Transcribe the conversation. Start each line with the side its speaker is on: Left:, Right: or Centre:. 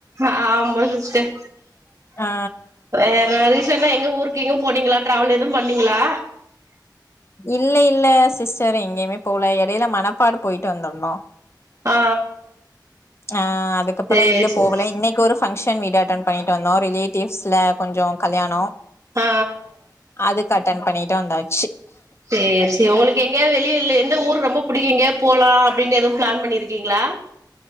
Right: ஹாமா சிஸ்டர்
Left: ஆ
Right: வேற அரிஸ் ரீசென்ட்டா எங்க ஊருக்கு எங்கும் போனீங்களா டிராவல் எதும் பண்ணீங்களா
Left: இல்ல இல்ல சிஸ்டர் எங்கேயுமே போல எடைல மனப்பாடு போயிட்டு வந்துருந்தோ
Right: ஆ
Left: ஆ அதுக்கப்புற
Right: சேரி
Left: இங்க
Right: சேரி
Left: போவல இன்னைக்கு ஒரு ஃபங்க்ஷன் வீடு அட்டென் பண்ணிட்டு வந் ரிலேட்டிவ்ஸ்ல கொஞ்சோ கல்யாணோ
Right: ஆ
Left: அதுக்கு அட்டன் பண்ணிட்டு வந்தாச்சு
Right: சேரி சேரி உங்களுக்கு எங்கயா வெளிய இல் எந்த ஊரு ரொம்ப புடிக்கு எங்கயா போலா அப்டின்னு எதுவு பிளான் பண்ணிருக்கீங்களா